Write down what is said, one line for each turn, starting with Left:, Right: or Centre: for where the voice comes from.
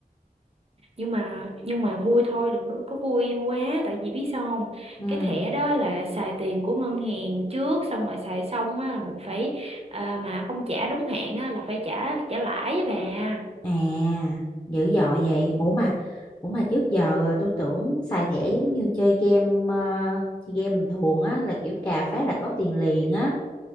Right: Nhưng mà nhưng mà vui thôi, đừng có, có vui quá tại vì biết sao không?
Left: ừ
Right: Cái thẻ đó là xài tiền của ngân hàng trước xong rồi xài xong á mình phải ờ, mà không trả đúng hạn á là phải trả trả lãi á bà.
Left: à dữ dội vậy ủa mà ủa mà trước giờ à, tôi tưởng xài thẻ giống như chơi game à, chơi game bình thường á là kiểu cà phát là có tiền liền á